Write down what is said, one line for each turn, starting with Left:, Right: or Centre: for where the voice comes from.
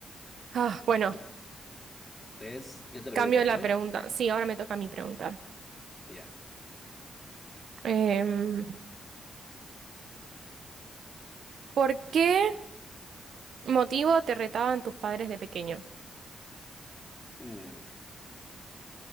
Right: Ah, bueno,
Left: ok. Es, yo te pregunté,
Right: cambio la
Left: ¿no?
Right: pregunta. Sí, ahora me toca a mí preguntar.
Left: Sí, ya.
Right: Em, ¿por qué? Motivo, te retaban tus padres de pequeño.
Left: Mm,